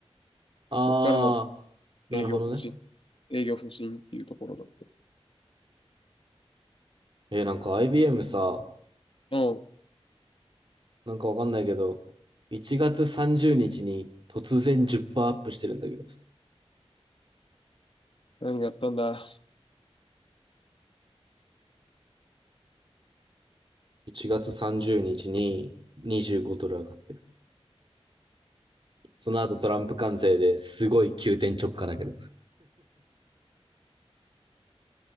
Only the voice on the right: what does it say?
あ
ー、
なるほどね。
えーなんか IBM さ、
なんかわかんないけど、1月30日にちに突然10%アップしてるんだけど。
1月30日に25ドル上がってる。その後トランプ関税ですごい急転直下だけど、